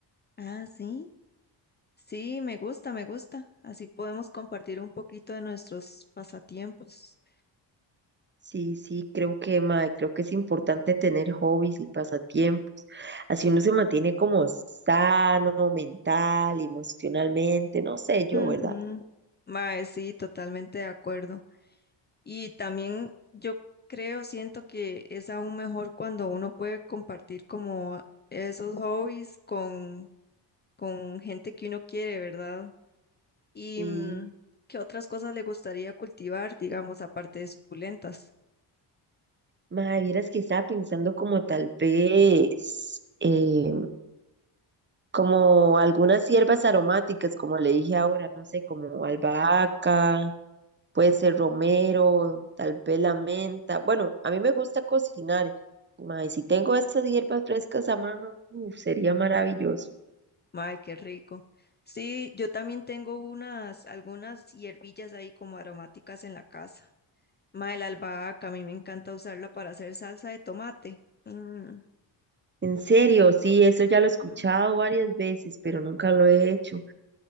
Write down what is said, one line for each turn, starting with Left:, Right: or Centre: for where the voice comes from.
Left: Ah, sí. Sí, me gusta, me gusta. Así podemos compartir un poquito de nuestros pasatiempos.
Right: Sí, sí, creo que, mae, creo que es importante tener hobbies y pasatiempos. Así uno se mantiene como sano mental, emocionalmente, no sé yo,
Left: Ujú.
Right: ¿verdad?
Left: Mae, sí, totalmente de acuerdo. Y también yo creo, siento que es aún mejor cuando uno puede compartir como esos hobbies con, con gente que uno quiere, ¿verdad? Y
Right: Y,
Left: mm, ¿qué otras cosas le gustaría cultivar, digamos, aparte de suculentas?
Right: mae, vieras que estaba pensando como tal vez, eh, como algunas hierbas aromáticas, como le dije ahora, no sé, como albahaca, Puede ser romero, tal vez la menta. Bueno, a mí me gusta cocinar. mae, si tengo esas hierbas frescas a mano, uf, sería maravilloso.
Left: Ay, qué rico. Sí, yo también tengo unas, algunas hierbillas ahí como aromáticas en la casa. Mae, la albahaca, a mí me encanta usarla para hacer salsa de tomate. Mm,
Right: En serio, sí, eso ya
Left: ujú.
Right: lo he escuchado varias veces, pero nunca lo he hecho.